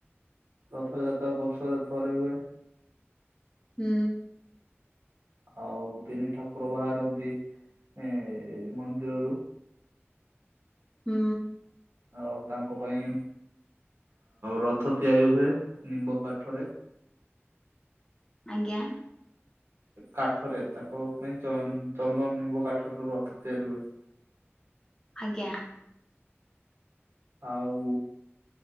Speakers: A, on the right (about 65°); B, on the left (about 15°).
A: ରଥଯାତ୍ରା ବର୍ଷରେ ଥରେ ହୁଏ।
B: ହୁଁ।
A: ଆଉ ତିନି ଠାକୁର ବାହାରନ୍ତି ଏ ମନ୍ଦିରରୁ।
B: ହୁଁ।
A: ଆ ତାଙ୍କ ପାଇଁ ରଥ ତିଆରି ହୁଏ ନିମ୍ବ କାଠରେ।
B: ଆଜ୍ଞା।
A: କାଠରେ ତାଙ୍କ ପାଇଁ ଚନ୍ଦନ ନିମ୍ବ କାଠର ରଥ ତିଆରି ହୁଏ।
B: ଆଜ୍ଞା।
A: ଆଉ